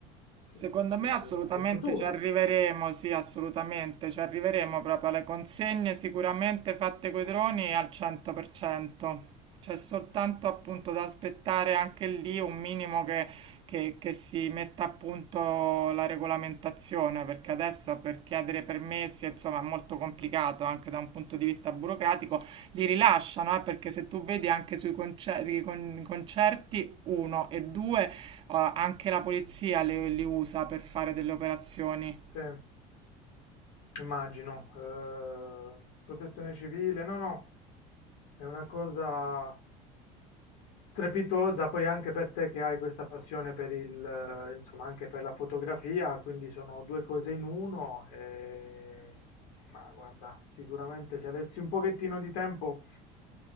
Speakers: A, on the left (about 80°); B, on the right (about 30°).
A: che,
B: Secondo
A: che-
B: me assolutamente
A: che- del futuro.
B: ci arriveremo, sì, assolutamente ci arriveremo proprio alle consegne sicuramente fatte coi droni al 100%. C'è soltanto appunto da aspettare anche lì un minimo che, che- che si metta a punto la regolamentazione, perché adesso per chiedere permessi, insomma, è molto complicato anche da un punto di vista burocratico. Li rilasciano, eh, perché se tu vedi anche sui concer- i con- i concerti, uno e due eh, anche la polizia le- li, usa per fare delle operazioni.
A: Sì. Immagino. Ehm, protezione civile, no, no, è una cosa strepitosa, poi anche per te che hai questa passione per il, eh, insomma, anche per la fotografia, quindi sono due cose in uno. E... Ma guarda, sicuramente se avessi un pochettino di tempo